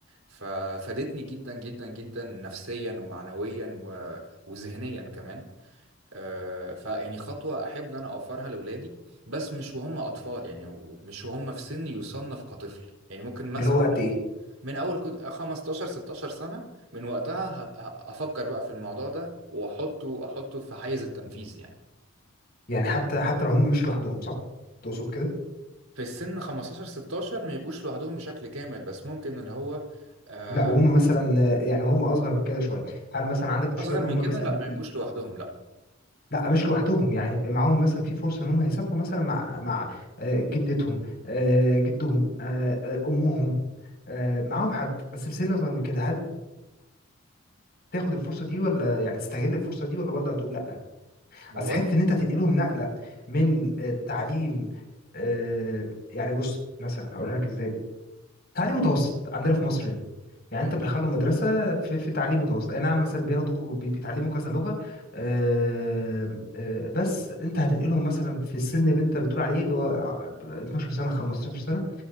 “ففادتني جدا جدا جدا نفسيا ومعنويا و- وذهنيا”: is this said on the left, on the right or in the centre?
Right